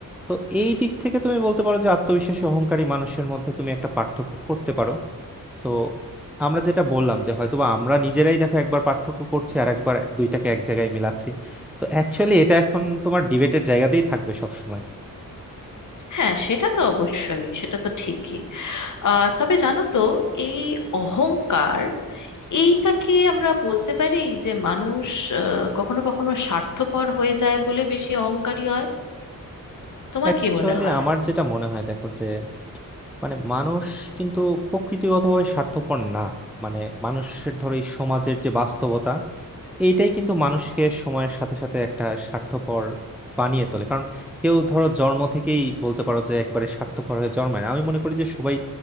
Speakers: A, in the centre; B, on the left.
A: তো এই দিক থেকে তুমি বলতে পারো যে আত্মবিশ্বাসী অহংকারী মানুষের মধ্যে তুমি একটা পার্থক্য করতে পারো তো আমরা যেটা বললাম যে হয়তোবা আমরা নিজেরাই দেখো একবার পার্থক্য করছি আর একবার দুইটাকে এক জায়গায় মিলাচ্ছি তো অ্যাকচুয়ালি এটা এখন তোমার ডিবেটের জায়গাতেই থাকবে সব সময়
B: হ্যাঁ সেটা তো অবশ্যই সেটা তো ঠিকই আহ তবে জানো তো এই অহংকার এইটাকে আমরা বলতে পারি যে মানুষ আহ, কখনো কখনো স্বার্থপর হয়ে যায় বলে বেশি অহংকারী হয় তোমার
A: অ্যাকচুয়ালি
B: কি মনে হয়
A: আমার যেটা মনে হয় দেখো যে মানে মানুষ কিন্তু প্রকৃতিগতভাবে স্বার্থপর না মানে মানুষের ধরো এই সমাজের যে বাস্তবতা এইটাই কিন্তু মানুষকে সময়ের সাথে সাথে একটা স্বার্থপর বানিয়ে তোলে কারণ কেউ ধরো জন্ম থেকেই বলতে পারো যে একবারে স্বার্থপর হয়ে জন্মায় না। আমি মনে করি যে সবাই